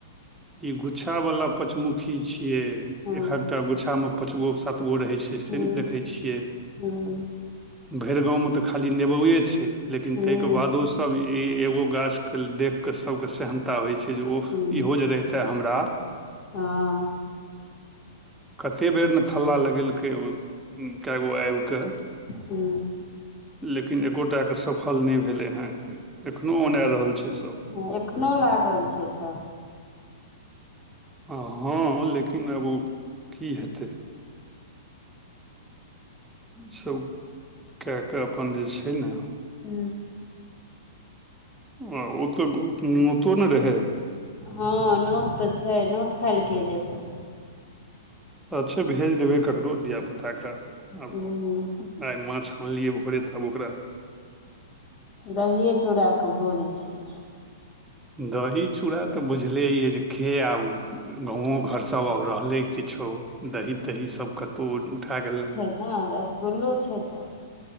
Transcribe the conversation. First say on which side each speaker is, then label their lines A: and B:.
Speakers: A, in the centre; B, on the left.
A: इ गुच्छा वाला पंचमुखी छीये
B: हँ
A: एकहकटा गुच्छा मे पाँच गो सात गो रहे छै
B: हूँ
A: नहि देखै छियै
B: हूँ
A: भैर गाँव में त खाली नेबोए छै लेकिन
B: हूँ
A: ताहिके बादो सब ई एगो गाछ के देख के सब के सहनता होई छै जे ओ
B: हूँ
A: इहो जे रह हमरा
B: हँ
A: कते बेर ने थल्ला लगेलकै ओ कएगो आबि कऽ
B: हू
A: लेकिन एकोटाके सफल नहि भेलै हेँ एखनोहु औनाए रहल छै सभ
B: ह एखनो लागल छै तऽ
A: हँ लेकिन आब ओ की हेतै ईसब कए कऽ अपन जे छै ने
B: ह
A: आ ओ तऽ ओतो नहि रहै
B: हँ नोत तऽ छै नोत खाय लए के जेतै
A: अच्छा भेज देबै ककरो धियापुता के आउ
B: हूँ
A: आ माछ आनलिय भर तब ओकरा
B: दहिए चूड़ा कऽ भोज छियै
A: दही चूड़ा तऽ बुझले ये जे खे आब गाँंवो घर सब आब रहलै किछो दही तही सब कतहु उठा गेल
B: नहि रसगुल्लो छै तऽ